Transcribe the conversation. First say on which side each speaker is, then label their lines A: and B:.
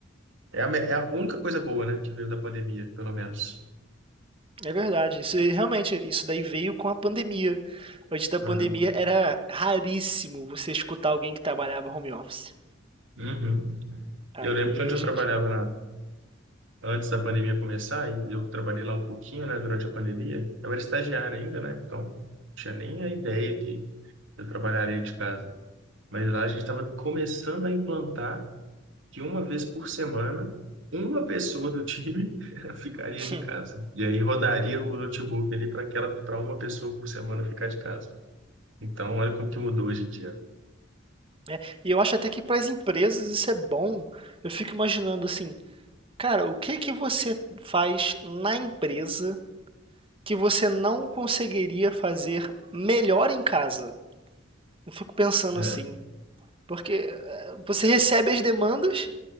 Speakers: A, on the right; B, on the right.
A: É a, me- é a única coisa boa, né, que veio da pandemia, pelo menos.
B: É verdade. Isso aí, realmente, isso daí veio com a pandemia. Antes da
A: Ah,
B: pandemia era raríssimo você escutar alguém que trabalhava home office.
A: uhum.
B: Aí
A: Eu lembro que onde
B: hoje
A: eu trabalhava
B: em dia.
A: na- antes da pandemia começar, e eu trabalhei lá um pouquinho, né, durante a pandemia, eu era estagiário ainda, né, então não tinha nem a ideia que Eu trabalharia de casa. Mas lá a gente estava começando a implantar que uma vez por semana, uma pessoa do time <laughs> ficaria
B: hum,
A: de casa. E aí rodaria o notebook ali para aquela, para uma pessoa por semana ficar de casa. Então, olha como que mudou hoje em dia.
B: né? E eu acho até que para as empresas isso é bom. Eu fico imaginando assim, cara, o que que você faz na empresa que você não conseguiria fazer melhor em casa. Eu fico pensando
A: É,
B: assim, porque eh, você recebe as demandas